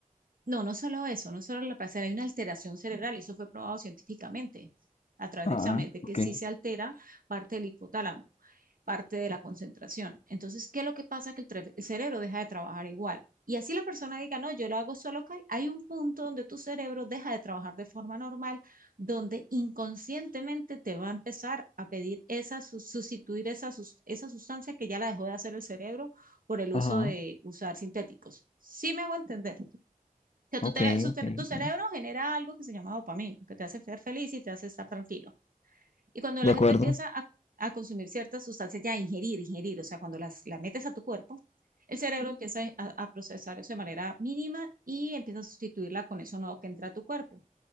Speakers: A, on the right; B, on the left.
A: no, no solo eso, no solo la placer, hay una alteración cerebral, y eso fue probado científicamente a través
B: Ah,
A: de exámenes, de
B: ok.
A: que sí se altera parte del hipotálamo parte de la concentración. Entonces, ¿qué es lo que pasa? Que el, el, cerebro deja de trabajar igual. Y así la persona diga, no, yo lo hago solo cal. Hay un punto donde tu cerebro deja de trabajar de forma normal, donde inconscientemente te va a empezar a pedir esa, sustituir esa, esa sustancia que ya la dejó de hacer el cerebro por el
B: Ajá,
A: uso de usar sintéticos. Sí me hago entender. O sea,
B: ok,
A: tu,
B: ok. ok.
A: tu cerebro genera algo que se llama dopamina, que te hace ser feliz y te hace estar tranquilo. Y cuando
B: De
A: la
B: acuerdo,
A: gente empieza a, a consumir ciertas sustancias, ya ingerir, ingerir, o sea, cuando las, las metes a tu cuerpo, el cerebro empieza a, a, procesar eso de manera mínima y empieza a sustituirla con eso nuevo que entra a tu cuerpo.